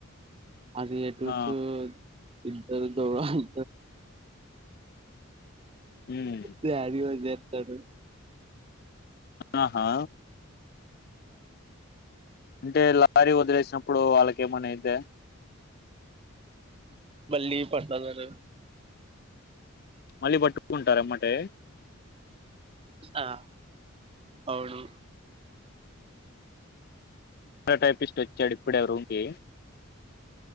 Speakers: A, on the right; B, on the left.
A: అ ఏటు
B: ఆ
A: చ ఇద్దరు తో <unintelligible>
B: ఉమ్,
A: దడిజ <unintelligible> తెదు
B: ఆహా అంటే లారీ వదిలేసినప్పుడు వాళ్ళకేమనా అయితే
A: మళ్లీ పంట ధర
B: మళ్ళీ పట్టుకుంటార ఎంబటే
A: ఆ అవును
B: టైపిస్ట్ వచ్చాడు ఇప్పుడే రూమ్ కి